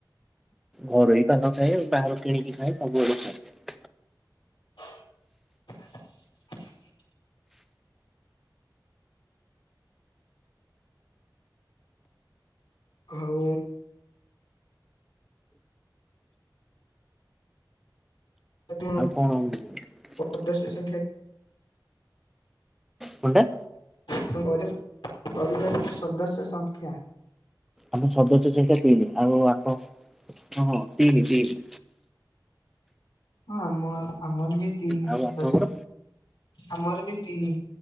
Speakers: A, in the centre; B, on the left (about 85°).
A: ଘରୋଇ ପାନ ଖାଏ ବାହାରୁ କିଣିକି ଖାଏ ସବୁଆଡେ ଖାଏ।
B: <inaudible> ଆଉ। ତମ
A: ଆଉ କଣ। <unintelligible>
B: ସଦସ୍ୟ ସଂଖ୍ୟା।
A: କଣ୍ ଟା।
B: ପରି ବା ପରିବାରର ସଦସ୍ୟ ସଂଖ୍ୟା।
A: ଆମର ସଦସ୍ୟ ସଂଖ୍ୟା ତିନି ଆଉ ଆପଣ ହଁ ହଁ ତିନି ତିନି।
B: ହଁ ଆମ ଆମର ବି ତିନି
A: ଆଉ
B: ସଦସ୍ୟ।
A: ଆପଣଙ୍କର
B: ଆମର ବି ତିନି